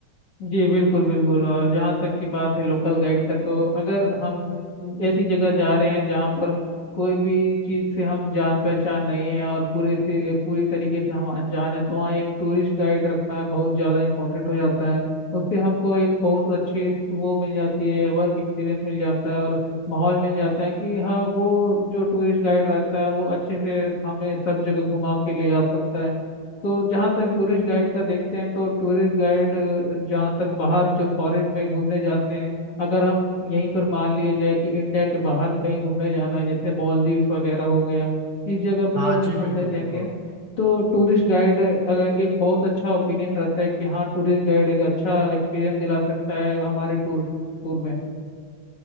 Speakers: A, on the left; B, on the right.
A: जी बिल्कुल बिल्कुल और जहाँ तक की बात है लोकल गाइड का तो अगर हम ऐसी जगह जा रहे हैं जहाँ पर कोई भी चीज़ से हम जान पहचान नहीं है और पूरे से पूरी तरीके से हम अनजान है तो वहाँ एक टूरिस्ट गाइड रखना बहुत ज़्यादा इम्पोर्टेंट हो जाता है उससे हमको एक बहुत अच्छी वो मिल जाती है वर्क एक्सपीरियंस मिल जाता है और माहौल मिल जाता है कि हाँ वो जो टूरिस्ट गाइड रहता है वो अच्छे से हमें सब जगह घुमा के ले आ सकता है तो जहाँ तक टूरिस्ट गाइड का देखते हैं तो टूरिस्ट गाइड जहाँ तक बाहर जो फॉरेन में घूमने जाते हैं अगर हम यहीं पर मान लिया जाए कि इंडिया के बाहर कहीं घूमने जाना है जैसे मालदीव्स वगैरह हो गया इस जगह पे
B: हाँ
A: अगर
B: जी
A: घूमने
B: बिल्कुल
A: जाएंगे
B: बिल्कुल
A: तो टूरिस्ट गाइड अगर एक बहुत अच्छा ओपिनियन रहता है कि हाँ टूरिस्ट गाइड एक अच्छा एक्सपीरियंस दिला सकता है हमारे टूर टूर में